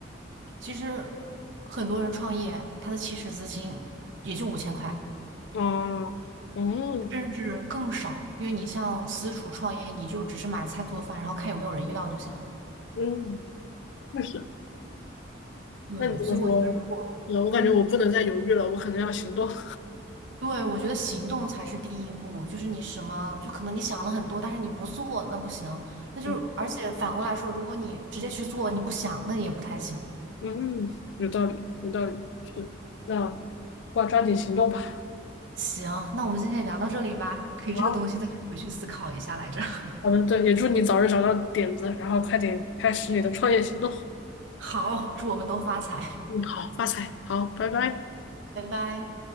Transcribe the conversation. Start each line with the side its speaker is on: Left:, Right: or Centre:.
Right: 其实很多人创业，他的起始资金也就五千块，
Left: 啊，嗯
Right: 甚至更少，因为你像私厨创业，你就只是买菜做饭，然后看有没有人要就行了。
Left: 嗯，确实。
Right: 对，
Left: 那你这么说，
Right: 所以我觉得如果
Left: 呃，我感觉我不能再犹豫了，
Right: 嗯，
Left: 我可能要行动。<laughs>
Right: 对，我觉得行动才是第一步，就是你什么，就可能你想了很多，但是你不做，那不行。那就是，
Left: 嗯
Right: 而且反过来说，如果你直接去做，你不想，那也不太行。
Left: 嗯，有道理，有道理，是的那抓抓紧行动吧。
Right: 行，那我们今天也聊到这里吧，可以这个东西再去回去思考一下来着。
Left: 好，
Right: <laughs>
Left: 好的，对，也祝你早日找到点子，然后快点开始你的创业行动。
Right: 好，祝我们都发财，
Left: 嗯，好，发财，好，拜拜。
Right: <laughs> 拜拜。